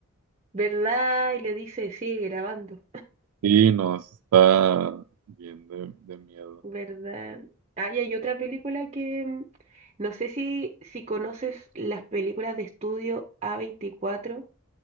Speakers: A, on the right; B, on the right.
A: ¿Verdad? Y le dice, sigue grabando.
B: Sí, no, eso está bien de, de miedo.
A: ¿Verdad? Ah, y hay otra película que mm, no sé si, si conoces las películas de estudio a veinticuatro